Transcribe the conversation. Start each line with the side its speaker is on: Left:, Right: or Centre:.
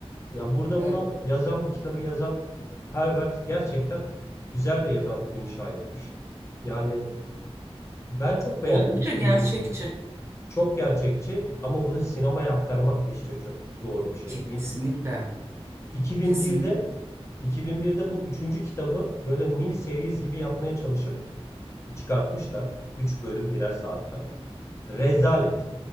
Left: Ya burada
Right: <laughs> Evet.
Left: bunu yazan, bu kitabı yazan Herbert gerçekten güzel bir evren inşa etmiş. Yani ben çok beğendim
Right: Oldukça
Left: filmini
Right: gerçekçi.
Left: de. Çok gerçekçi ama bunu sinemaya aktarmak da işte çok doğru bir şey.
Right: Kesinlikle.
Left: Bin- 2001'de
Right: Kesinlikle.
Left: 2001'de bu üçüncü kitabı böyle mini series gibi yapmaya çalışıp Çıkartmışlar. üç bölüm birer saatten. Rezalet.